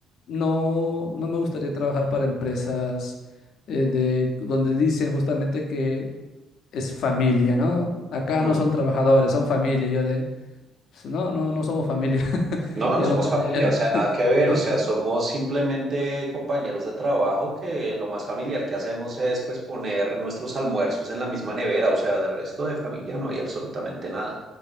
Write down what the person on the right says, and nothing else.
Mm.
No, no
somos
familia, o sea, nada que ver,
o sea, somos
simplemente compañeros de trabajo que lo más familiar que hacemos es pues poner nuestros almuerzos en la misma nevera, o sea, de resto de familia no hay absolutamente nada.